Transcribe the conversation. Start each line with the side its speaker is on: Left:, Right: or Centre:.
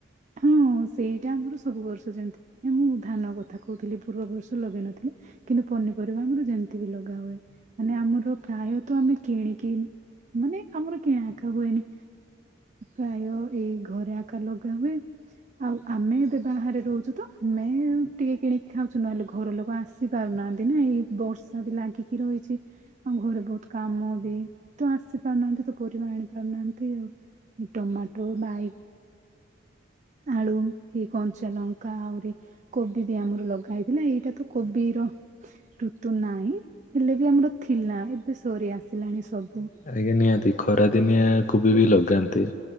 Right: ହଁ ସେଇଟା ଆମର ସବୁ ବର୍ଷ ଯେମିତି ମୁଁ ଧାନ କଥା କହୁଥିଲି ପୂର୍ବର୍ଷ ଲଗେଇ ନଥିଲି। କିନ୍ତୁ ପନିପରିବା ଆମର ଯେମିତି ବି ଲଗା ହୁଏ ମାନେ ଆମର ପ୍ରାୟତ ଆମେ କିଣିକି ମାନେ ଆମର କିଣା ଏକା ହୁଏନି। ପ୍ରାୟ ଏଇ ଘରେ ଆକାର ଲଗା ହୁଏ। ଆଉ ଆମେ ଏବେ ବାହାରେ ରହୁଛୁ ତ ଆମେ ଟିକେ କିଣିକି ଖାଉଛୁ ନହେଲେ ଘର ଲୋକ ଆସ ପାରୁନାହାନ୍ତି ନା ଏଇ ବର୍ଷା ବି ଲାଗିକି ରହିଛି। ଆଉ ଘରେ ବହୁତ କାମ ବି ତ ଆସି ପାରୁନାହାନ୍ତି ତ ପରିବା ଆଣି ପାରୁନାହାନ୍ତି ଆଉ। ଏଇ ଟମାଟୋ ବାଇ ଆଳୁ, ଏଇ କଞ୍ଚାଲଙ୍କା ଆହୁରି କୋବି ବି ଆମର ଲଗା ହେଇଥିଲା ଏଇଟା ତ କୋବିର ଋତୁ ନାହିଁ ହେଲେ ବି ଆମର ଥିଲା ଏବେ ସରି ଆସିଲାଣି ସବୁ।
Left: ଆଜ୍ଞା ନିହାତି ଖରା ଦିନିଆ କୋବି ବି ଲଗାନ୍ତି।